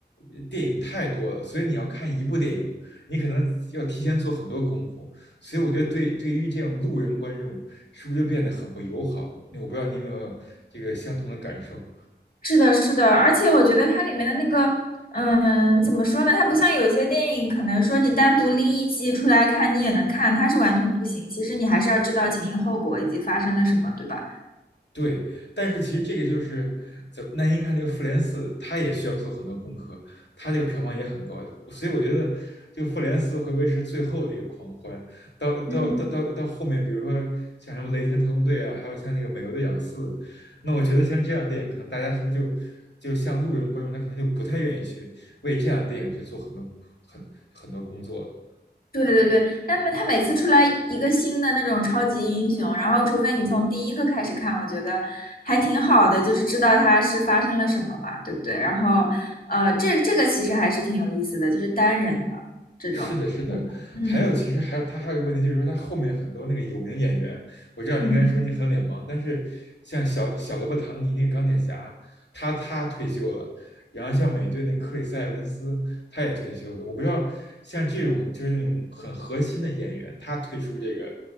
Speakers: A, on the left (about 80°); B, on the left (about 55°).
A: 呃电影太多了，所以你要看一部电影，你可能要提前做很多功夫，所以我觉得对对于这种路人观众，是不是就变得很不友好？那我不知道你有没有这个相同的感受。
B: 是的，是的，而且我觉得它里面的那个，嗯，怎么说呢？它不像有一些电影，可能说你单独拎一集出来看，你也能看，它是完全不行。其实你还是要知道前因后果以及发生了什么，对吧？
A: 对，但是其实这个就是怎那您看这个《复联四》，它也需要做很多功课，它这个票房也很高，所以我觉得这个《复联四》会不会是最后的一个狂欢？到到到到到后面，
B: 嗯，
A: 比如说像什么《雷霆特工队》啊，还有像那个《美国队长四》，那我觉得像这样的电影，可能大家是不是就就像路人观众，他可能就不太愿意去为这样的电影去做很多很很多工作了。
B: 对对对，但每它每次出来一个新的那种超级英雄，然后除非你从第一个开始看，我觉得还挺好的，就是知道它是发生了什么嘛，对不对？然后，呃，这这个其实还是挺有意思的，就是单人的这种，
A: 是的，是的，
B: 嗯
A: 还有其实还有他还有一个问题，就是说他后面很多那个有名演员，我知道您刚才说您很脸盲，
B: 嗯。
A: 但是像小小罗伯·唐尼那个钢铁侠，他他退休了，然后像美队那克里斯·埃文斯他也退休了，我不知道像这种就是那种很核心的演员，他退出这个